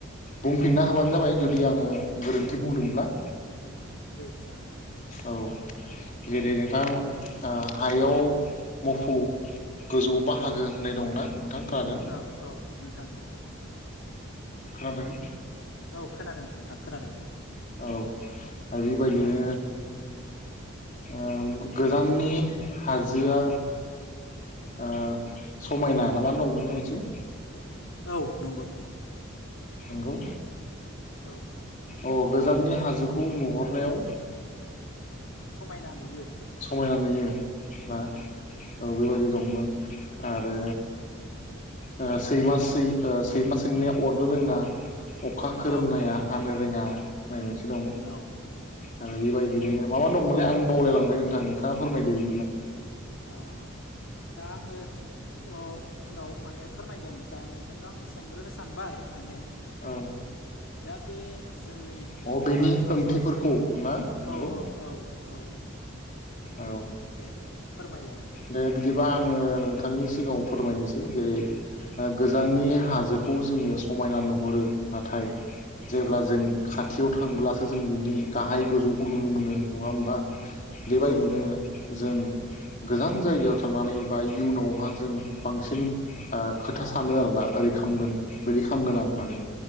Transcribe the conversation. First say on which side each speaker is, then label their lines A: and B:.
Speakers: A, on the left (about 40°); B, on the left (about 75°).
A: बुंफिनना होबानो जाबाय जुदि आङो गोरोन्थि बुंदोंब्ला
B: दे जागोन दे
A: औ जेरै नोंथां हायाव ओ मोफौ गोजौआव बाहागो होननाय दंना नोंथां खोनादों
B: औ औ नोंथां नोंथां औ
A: खोनादों?
B: औ खोनादों नोंथां खोनादों
A: औ आरो बेबायदिनो ओम गोजाननि हाजोआ ओ समायना ना मा दंमोनलाय मोनसे
B: औ नंगौ
A: नंगौ
B: औ
A: अ गोजाननि हाजोखौ नुहरनायाव
B: समायना नुयो
A: समायना नुयो ना
B: औ
A: औ बेेबायदि दंमोन आरो ओ सैमा सै-सैमा सोंनाया अरनो रोङा अखा खोरोमनाया
B: औ औ
A: हानो रोङा होननाय मोनसे दं
B: औ
A: आरो बेबायदिनो माबा दंमोनलै आं बावलायलांबाय दा नोंथाङा फोरमायदो बिदिब्ला
B: अ दा आङो औ उनाव माने फोरमायगोन दा नोंथांनाव आं सोंग्रोनो सानबाय माने
A: औ
B: दा बे जोंनि दा
A: अ
B: बे
A: बेनि
B: बाथ्रा
A: ओंथिफोरखौ
B: फाव
A: ना नंगौ
B: औ औ औ औ
A: औ
B: दे फोरमायलाय
A: दे बिदि आङो नोंथांनि सिगाङाव फोरमायनोसै जेरै गोजाननि हाजोखौ जोङो समायना नुहरो नाथाय जेब्ला
B: औ
A: जों खाथियाव थांब्ला जों बिनि गाहाय गोजौखौ नुनो मोनो नङा होमबा बेबायदिनो
B: औ
A: जों गोजान जायगायाव थांनानै बा इयुनावहा जों बांसिन ओ खोथा सानो आरोना ओरै खालामगोन बिदि खालामगोन आं होननानै